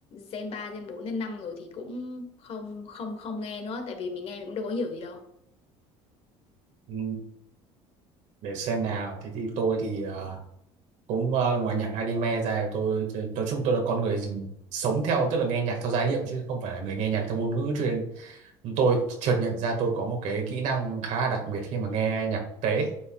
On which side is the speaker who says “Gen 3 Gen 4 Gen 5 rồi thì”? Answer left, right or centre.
Left